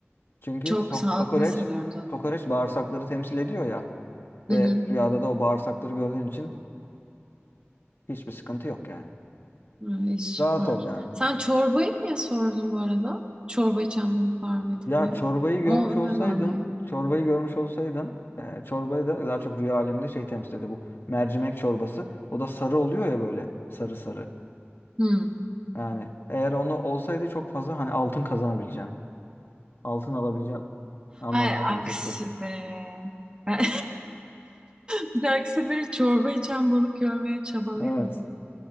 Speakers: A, on the left; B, on the right.
A: Çünkü
B: Çok
A: ko-
B: sağlıklı
A: kokoreç,
B: hissediyorum zaten
A: kokoreç
B: kendimi.
A: bağırsakları temsil ediyor ya ve
B: Hı hı.
A: rüyada da o bağırsakları gördüğün için hiçbir sıkıntı yok yani.
B: Ay, süper.
A: Rahat ol yani.
B: Sen çorbayı niye sordun bu arada? Çorba içen balık var mıydı
A: Ya
B: diye.
A: çorbayı görmüş
B: O
A: olsaydın,
B: ne manayı?
A: çorbayı görmüş olsaydın, e, çorbayı da daha çok rüya aleminde şey temsil ediyor bu mercimek çorbası. O da sarı oluyor ya böyle sarı sarı.
B: Hmm.
A: Yani eğer onu olsaydı çok fazla hani altın kazanabileceğin, altın alabileceğin anlamına
B: Hay
A: gelecekti.
B: aksi be. Ben <laughs> bir dahaki sefere çorba içen balık görmeye çabalayayım
A: Evet.
B: mı?